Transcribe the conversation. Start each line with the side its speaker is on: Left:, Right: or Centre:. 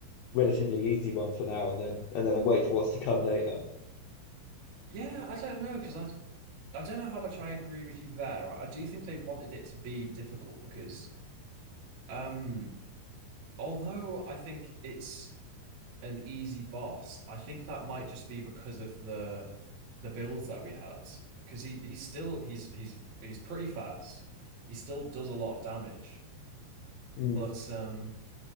Left: relatively easy one for now, and then and then wait for what's to come later.
Right: Yeah, I don't know because I I don't know how much I agree with you there. I do think they wanted it to be difficult because. Um, Although I think it's an easy boss, I think that might just be because of the the builds that we had. Because he he's still he's he's he's pretty fast. He still does a lot of damage,
Left: Mm.
Right: but um,